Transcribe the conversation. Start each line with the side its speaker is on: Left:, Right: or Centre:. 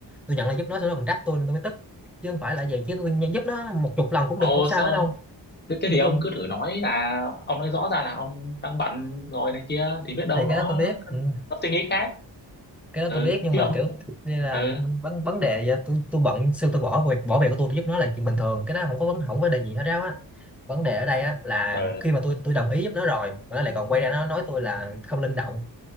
Centre: tôi nhận lời giúp nó xong nó còn trách tôi nên tôi mới tức chứ không phải là vậy chứ tôi nhận giúp nó một chục lần cũng
Left: ô
Centre: được không sao
Left: sao
Centre: hết đâu
Left: thế, thế
Centre: chứ
Left: thì ông
Centre: tôi
Left: cứ thử nói là ông nói rõ ra là ông đang bận rồi này kia thì biết đâu
Centre: thì
Left: nó
Centre: cái đó tôi biết ừ.
Left: nó suy nghĩ khác
Centre: cái đó
Left: ừ,
Centre: tôi biết nhưng
Left: chứ
Centre: mà
Left: ông
Centre: kiểu đây là
Left: ừ,
Centre: vấn vấn đề vậy tôi tôi bận xưa tôi bỏ việc bỏ việc của tôi, tôi giúp nó là chuyện bình thường cái đó không có vấn không có đề gì hết ráo á vấn đề ở đây á là
Left: ừ.
Centre: khi mà tôi tôi đồng ý giúp nó rồi mà nó lại còn quay ra nó nói tôi là không linh động